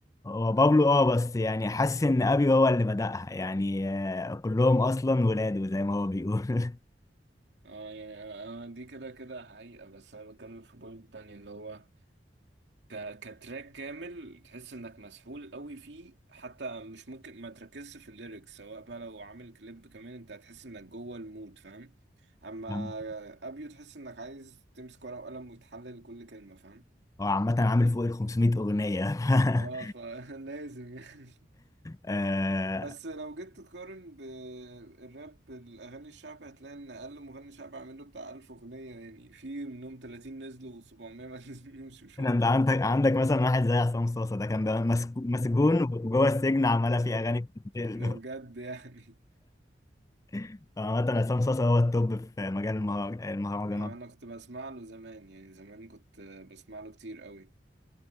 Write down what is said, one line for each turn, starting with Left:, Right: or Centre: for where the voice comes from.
Left: هو بابلو اه بس يعني حاسس ان ابي هو اللي بدأها يعني آه، كلهم اصلا ولاده زي ما هو بيقول <laughs>
Right: اه يعني أنا أنا دي كده كده حقيقة بس أنا بتكلم في بوينت تانية اللي هو ك... كتراك كامل تحس انك مسحول قوي فيه حتى مش ممكن ما تركزش في الليركس سواء بقى لو عامل كليب كمان انت هتحس انك جوه المود فاهم اما
Left: نعم.
Right: ابيو تحس انك عايز تمسك ورقة وقلم وتحلل كل كلمة فاهم
Left: هو عامة عامل فوق ال 500 اغنية <laughs>
Right: اه فلازم <laughs> يعني
Left: آه،
Right: بس لو جيت تقارن بالراب الأغاني الشعبي هتلاقي إن أقل مغني شعبي عامل له بتاع ألف أغنية يعني في منهم تلاتين نزلوا وسبعمية <laughs> ما نزلوش وشوية
Left: انا
Right: <laughs>
Left: عندك عندك مثلا واحد زي عصام صاصا ده كان بقى مسك- مسجون وجوه السجن عمالة فيه اغاني بتتقال.
Right: ده بجد يعني
Left: <laughs> فعامة عصام صاصا هو التوب في مجال المهر- المهرجانات
Right: انا كنت بسمع له زمان يعني زمان كنت بسمع له كتير قوي